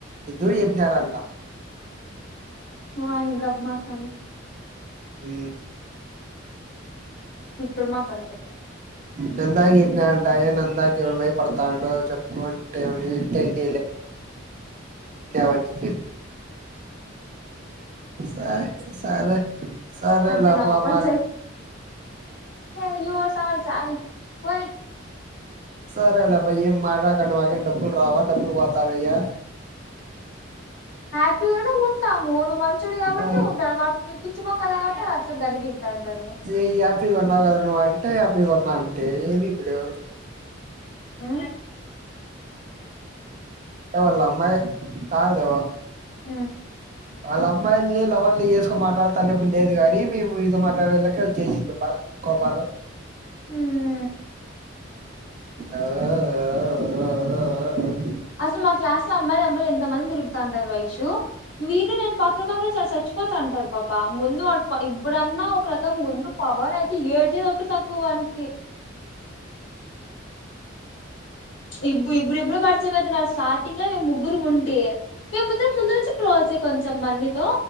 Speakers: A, on the right; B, on the left.
A: ఇద్దూరూ చెప్పినారు అంట
B: వాళ్ళు గబ్బు మోకాలు
A: ఉ
B: <unintelligible> అంతే
A: నందాకి చెప్పినారు అంట ఏంది నందాకి ఎవడు భయపడతాడు చెప్పుకో అంటే వాడ్ని ఏం <unintelligible> అని <unintelligible> సరే సరే సరేలే
B: అంతే
A: అవ్వ
B: నవ్వుకొని
A: మరి
B: <unintelligible> చాలు ఇంక ఫోన్ ఈ
A: సరేలే అప్పా ఏం మాట్లాడితే మాకేం డబ్బులు రావా డబ్బులు పోతానయా
B: హ్యపీ ఉంటాము నువ్వు మంచోడివి కాబట్టి
A: ఆ
B: ఉంటాడు వానికి పిచ్చి మోక్కల్ కాబట్టి అట్లా గలిబిలి అంటుంటాడు
A: ఏ యాపీ కొన్నావు కదా నువ్వు అంటే యాపీ కొన్నా అంటే ఏంది ఇప్పుడు
B: ఊ
A: అంటే వాళ్ళ అమ్మాయి కాదు
B: హూ
A: వాళ్ళ అమ్మాయిల్ని లవర్లు చేసుకోని మాట్లాడుతా అనేప్పుడు లేదు గాని మేము మీతో మాట్లాడెలెక్కే వచేసింది అప్పా కోపాలు
B: మ్మ్
A: ఆ ఆఆ ఆ ఆఆఆ ఆ
B: అసలు మా క్లాస్ లో అమ్మాయిల నంబర్లు ఎందుకు అంత మంది తిరుగుతాంటారు వైషూ వీడు నేను పక్కన పక్కన సరే సచ్చీపోతున్నాం ఇంతే అంటారు పాప ప్పా ముందు వాడి పవర్ ఇప్పుడన్నా ఒక రకం ముందు పవన్ అయి ఏడ్చేది ఒక్కటి తక్కువ వానికి ఇప్పు ఇప్పుడు ఇప్పుడే పడుతుంది పెదిన స్టార్టింగ్ ముందే మేము ముగ్గురుము ఉంటి మేము ముద్దరం ముందు నుంచి క్లోజ్ కొంచెం మన్నితో